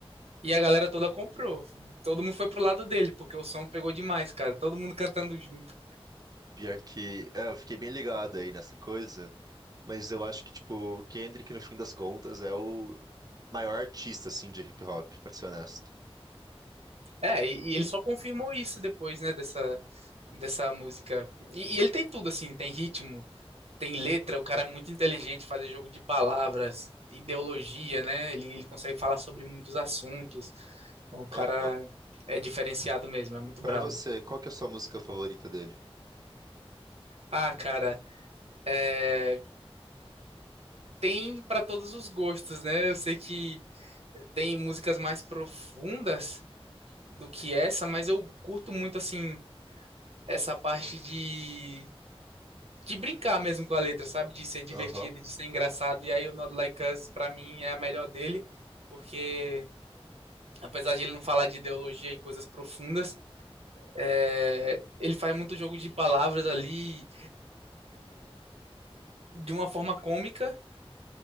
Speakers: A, on the right; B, on the right.
A: E a galera toda comprou. Todo mundo foi pro lado dele, porque o som pegou demais, cara. Todo mundo cantando junto.
B: Pior que, é, eu fiquei bem ligado aí nessa coisa, mas eu acho que, tipo, o Kendrick, no fim das contas, é o maior artista, assim, de hip hop, pra ser honesto.
A: É, e, e ele só confirmou isso depois, né, dessa, dessa música. E, e ele tem tudo, assim, tem ritmo, tem letra, o cara é muito inteligente, fazer jogo de palavras, ideologia, né? Ele, ele consegue falar sobre muitos assuntos. Então, o cara
B: Aham.
A: é diferenciado mesmo, é muito
B: Pra
A: brabo.
B: você, qual que é a sua música favorita dele?
A: Ah, cara, é, tem pra todos os gostos, né? Eu sei que tem músicas mais profundas do que essa, mas eu curto muito, assim, essa parte de de brincar mesmo com a letra, sabe? De ser divertido,
B: Aham,
A: de ser engraçado. E aí o Not Like Us, pra mim, é a melhor dele, porque apesar de ele não falar de ideologia e coisas profundas, é, ele faz muito jogo de palavras ali de uma forma cômica